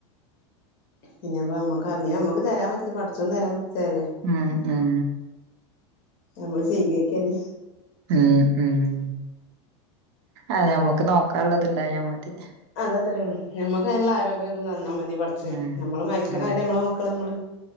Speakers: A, on the left; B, on the right.
A: പിന്നെപ്പ നമ്മക്ക് അറിഞ്ഞാ മ്മക്ക് തരാൻ വെച്ചെ പട്ച്ചോൻ തരാൻ വെച്ചെല്ലേ
B: ആഹ് ആഹ്
A: നമ്മള് സീകരിക്കെന്നെ
B: ഉം ഉം ആതെ ഞമ്മക്ക് നോക്കാൻള്ളത്ണ്ടായാ മതി
A: അത അത്രേള്ളൂ ഞമ്മക്കയ്ന്ള്ള ആരോഗ്യും തും തന്നാ മതി പടച്ചെ
B: ഉം
A: നമ്മള് മരിക്ക്ണ
B: ഉം
A: വെരെ നമ്മളെ മക്കളെ മ്മള്